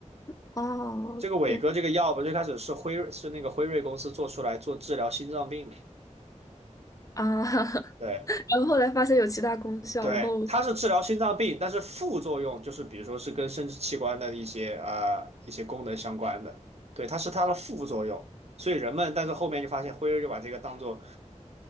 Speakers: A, on the left; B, on the right.
A: <laughs> 哦，
B: 这个伟哥这个药吧，
A: 对
B: 最开始是辉瑞是那个辉瑞公司做出来做治疗心脏病的，
A: 啊，<laughs>
B: 对。
A: 然后后来发现有其他功效，
B: 对，
A: 然后就
B: 它是治疗心脏病，但是副作用就是比如说是跟生殖器官的一些啊、呃一些功能相关的，对，它是它的副作用。所以人们，但是后面就发现辉瑞就把这个当做